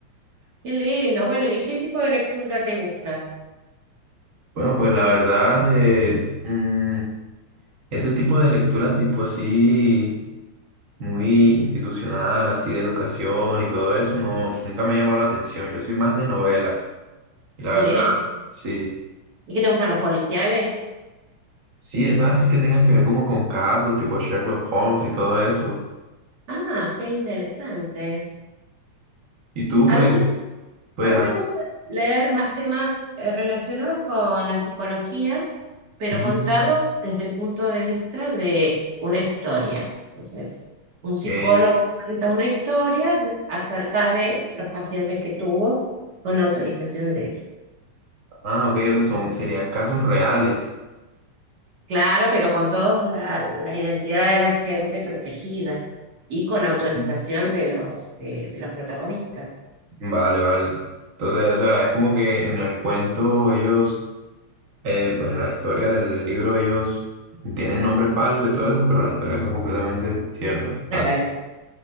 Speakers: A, on the right (about 40°); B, on the right (about 65°).
A: Qué lindo. Bueno, ¿y qué tipo de lectura te gusta?
B: Bueno, pues la verdad, eh, mm, ese tipo de lectura tipo así, muy institucional, así de educación y todo eso, no, nunca me ha llamado la atención. Yo soy más de novelas y la
A: Bien.
B: verdad, sí.
A: ¿Y qué te gustan los policiales?
B: Sí, esas así que tengan que ver como con casos tipo Sherlock Holmes y todo eso.
A: Ah, qué interesante.
B: Y tú
A: A
B: pues,
A: mí
B: pues,
A: A mí
B: ah,
A: me gusta leer más temas eh, relacionados con la psicología, pero
B: ujú,
A: contados desde el punto de vista de una historia. Entonces, un psicólogo
B: ok.
A: cuenta una historia de- acerca de los pacientes que tuvo con autorización de él.
B: Ah, ok, o sea, son, serían casos reales.
A: Claro, pero con toda la, la identidad de la gente protegida y con autorización
B: Mm.
A: de los, de de los protagonistas
B: Vale, vale. Entonces, o sea, es como que en el cuento ellos, eh, pues en la historia del libro ellos tienen nombres falsos y todo eso, pero las historias son completamente ciertas.
A: reales.
B: Vale.